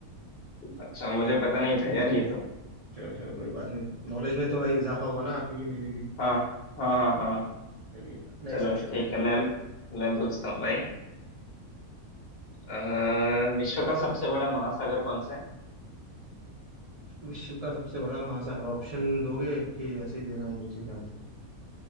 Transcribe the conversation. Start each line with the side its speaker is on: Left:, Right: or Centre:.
Left: अच्छा मुझे पता नहीं था यार ये तो
Right: चलो चलो कोई बात नहीं नॉलेज में तो भाई इजाफा हुआ ना आपकी भी मेरी भी
Left: हाँ
Right: चलो
Left: हाँ हाँ हाँ
Right: चलिए नेक्स्ट
Left: चलो
Right: क्वेश्चन
Left: ठीक है मैं मैं पूछता हूँ भाई आ, विश्व का सबसे बड़ा महासागर कौन सा है
Right: विश्व का सबसे बड़ा महासागर ऑप्शन दोगे कि ऐसे ही देना है मुझे सीधा आंसर